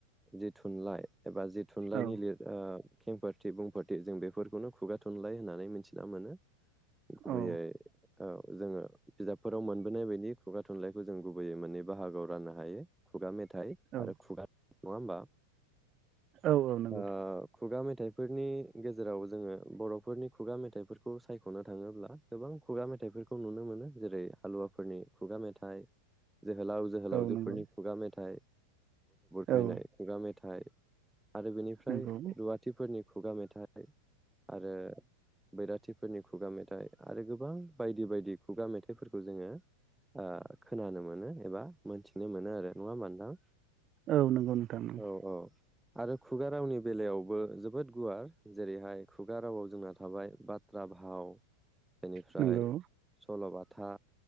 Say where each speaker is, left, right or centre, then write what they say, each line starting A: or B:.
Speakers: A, in the centre; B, on the right (about 30°).
A: जे थुनलाइ एबा जि थुनलाइनि
B: औ
A: लिर ओ खेंफोरथि बुंफोरथि जों बेफोरखौनो खुगा थुनलाइ होननानै मिथिना मोनो। गुबैयै
B: औ
A: औ जोङो बिजाबफोराव मोनबोनाय बायदि खुगा थुनलाइखौ जों गुबैयै माननै बाहागोआव राननो हायो खुगा मे थाइ
B: औ
A: आरो खुगा बा
B: औ औ नंगौ
A: ओ खुगा मेथाइफोरनि गेजेराव जोङो बर'फोरनि खुगा मेथाइफोरखौ सायख'नो थाङोब्ला गोबां खुगा मेथाइफोरखौ नुनो मोनो जेरै हालुवाफोरनि खुगा मेथाइ जोहोलाव जोहोलावजोफोरनि
B: औ नंगौ
A: खुगा मेथाइ गायनाय
B: औ
A: खुगा मेथाइ आरो बेनिफ्राय
B: नंगौ
A: रुवाथिफोरनि खुगा मेथाइ थाइ आरो बैराथिफोरनि खुगा मेथाइ आरो गोबां बायदि बायदि खुगा मेथाइफोरखौ जोङो ओ खोनानो मोनो एबा मोनथिनो मोनो आरो नङा होमबा नोंथां?
B: औ नोंगौ नोंथां नोंगौ।
A: औ औ आरो खुगा रावनि बेलायावबो जोबोद गुवार जेरैहाय खुगा रावाव जोंना थाबाय बाथ्रा भाव बेनिफ्राय
B: नंगौ
A: सल'बाथ था।